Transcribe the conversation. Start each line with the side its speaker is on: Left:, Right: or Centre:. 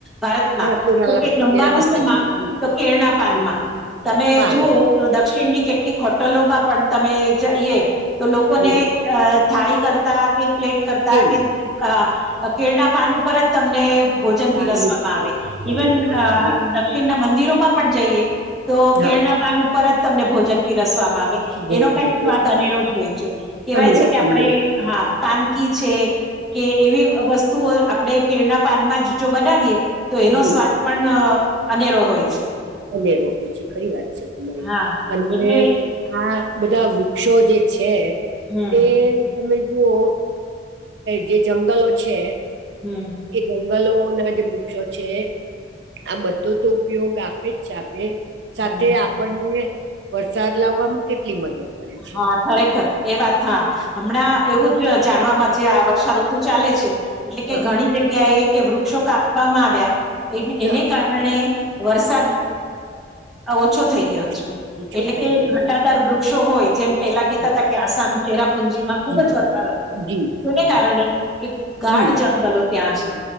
Centre: ભારતમાં
Right: હા, કેરાલા
Centre: તો કે જમવાનું
Right: કેરાલા
Centre: શેમાં
Right: સાઈડ હમ
Centre: તો કેળના પાનમાં.
Right: હમ
Centre: તમે
Right: પાન
Centre: જુઓ તો દક્ષિણની કેટલીક હોટલોમાં પણ તમે જઈએ. તો લોકોને
Right: હમ
Centre: અ થાળી કરતા કે પ્લેટ કરતા
Right: કેવના
Centre: કે હા કેળના પાન ઉપરજ તમને ભોજન
Right: પાન
Centre: પીરસવામાં
Right: ઉપર
Centre: આવે
Right: પાન
Centre: ઇવન
Right: ઉપર ફરી
Centre: દક્ષિણ ના મંદિરોમાં પણ જઈએ તો
Right: હા
Centre: કેળના પાન ઉપર જ તમને ભોજન પીરસવામાં આવે.
Right: ભોજન
Centre: એનો કઈક સ્વાદ
Right: રેસ્ટોરન્ટ
Centre: અનેરોજ હોય છે કેવાય
Right: અનેરો
Centre: છે કે આપણે
Right: અનેરો
Centre: હા પાનકી છે કે એવી વસ્તુ તે આપણે કેળના પાનમાં જો બનાવીએ તો એનો
Right: હમ
Centre: સ્વાદ પણ અનેરો હોય છે.
Right: અનેરો હોય છે ખરી વાત છે તમારી
Centre: હા
Right: અને
Centre: એટલે
Right: આ બધા વૃક્ષો જે છે
Centre: હમ
Right: તે. તમે જુઓ જે જંગલો છે.
Centre: હમ.
Right: એ જંગલો ના જે વૃક્ષો છે આ બધો તો ઉપયોગ આપ છે આપે સાથે
Centre: હમ
Right: આપણને વરસાદ લાવવામાં કેટલી મદદ કરે છે
Centre: હા. ખરેખર એ વાત હા હમણાં
Right: હા
Centre: એવું જ જાણવાવામાં જે આ વર્ષાઋતુ ચાલે છે. એટલે કે
Right: હા
Centre: ઘણી જગ્યા એ કે વૃક્ષો કાપવામાં આવ્યા એ
Right: ના,
Centre: એને કારણે. વરસાદ ઓછો. થઈ
Right: ઓછો
Centre: ગયો છે
Right: ઓછો
Centre: એટલે
Right: થઈ
Centre: કે
Right: ગયો
Centre: ઘટાદાર
Right: છે
Centre: વૃક્ષો હોય જેમ. પેલા કહેતા
Right: હમ,
Centre: હતા કે આસામ ચેરાપુંજી માં ખુબ
Right: જી
Centre: જ વરસાદ આવતો.
Right: જી
Centre: શને
Right: જી
Centre: કારણે કે ગાઢ
Right: હમ
Centre: જંગલો ત્યાં છે.